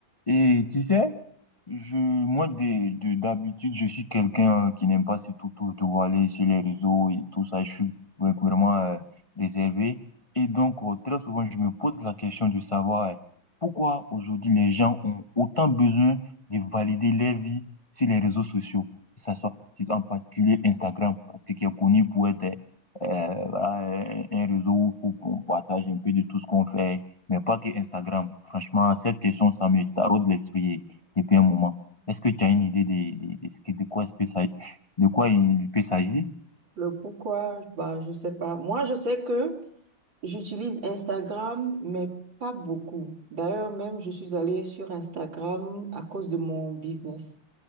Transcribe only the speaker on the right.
Le pourquoi, bah, je sais pas. Moi, je sais que j'utilise Instagram, mais pas beaucoup. D'ailleurs, même, je suis allée sur Instagram à cause de mon business.